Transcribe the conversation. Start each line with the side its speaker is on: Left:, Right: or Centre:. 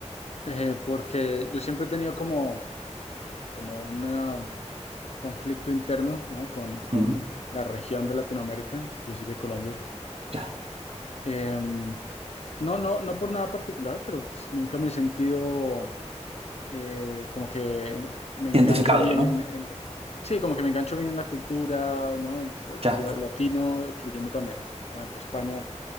Left: Eh, porque yo siempre he tenido como, como un eh, conflicto interno, ¿no? Con, con
Right: Mm,
Left: la región de Latinoamérica, yo soy de Colombia,
Right: Ya.
Left: Em, no, no, no por nada particular, pero pues nunca me he sentido eh, como que me engancho
Right: Identificado,
Left: bien
Right: ¿no?
Left: en, en- sí, como que me engancho bien en la cultura, ¿no?
Right: Ya.
Left: La- la- latino, incluyendo también, por ejemplo, España,